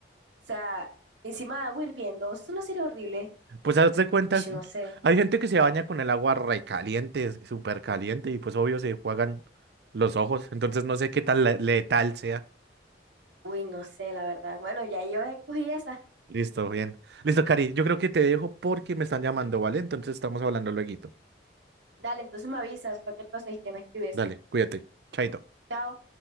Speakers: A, on the right; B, on the right.
A: sea, encima de agua hirviendo, eso no sería horrible.
B: Pues hazte cuenta,
A: Uy,
B: que
A: no sé.
B: hay gente que se baña con el agua re caliente, súper caliente, y pues obvio se juegan los ojos. Entonces no sé qué tan le- letal sea.
A: Uy, no sé, la verdad. Bueno, ya yo escogí esa.
B: Listo, bien. Listo, Cari, yo creo que te dejo porque me están llamando, ¿vale? Entonces estamos hablando lueguito.
A: Dale, entonces me avisas, cualquier cosa y te me escribes.
B: Dale, cuídate. Chaito.
A: Chao.